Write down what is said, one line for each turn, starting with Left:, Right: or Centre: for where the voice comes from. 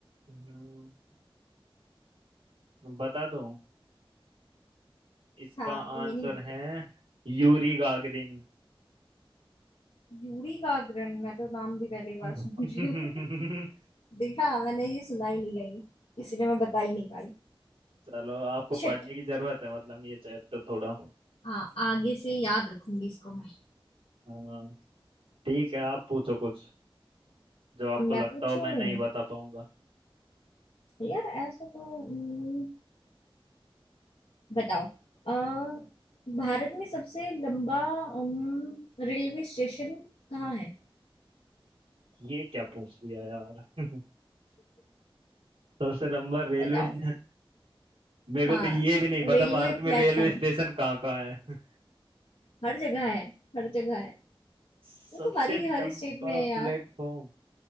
Right: अम्म, बता दूं इसका
Left: हाँ
Right: आंसर
Left: ये नहीं मुझे
Right: है यूरी गागरिन
Left: पता यूरी गागरन मैं तो नाम भी पहली बार
Right: <laughs>
Left: सुन रही हूँ <laughs> देखा मैंने ये सुना ही नहीं गई इसलिए मैं बता ही नहीं पाई
Right: चलो आपको
Left: शिट
Right: पढ़ने की जरूरत है मतलब ये चैप्टर थोड़ा
Left: हाँ आगे से याद रखूंगी इसको मैं
Right: हाँ, ठीक है आप पूछो कुछ जो आपको
Left: अब
Right: लगता
Left: मैं पूछूं
Right: हो मैं नहीं बता पाऊंगा
Left: यार ऐसा तो हम्म, बताओ अ, भारत में सबसे लंबा अम, रेलवे स्टेशन कहाँ है
Right: ये क्या पूछ लिया यार <laughs> सबसे लंबा रेलवे
Left: बताओ
Right: <laughs> मेरे को
Left: हाँ
Right: तो ये भी नहीं पता
Left: रेलवे
Right: भारत
Left: प्लेटफॉर्म
Right: में रेलवे स्टेशन कहाँ कहाँ है
Left: हर जगह है हर जगह है
Right: <laughs> सबसे
Left: वो तो हर ही हर
Right: लंबा
Left: ही स्टेट में है यार
Right: प्लेटफॉर्म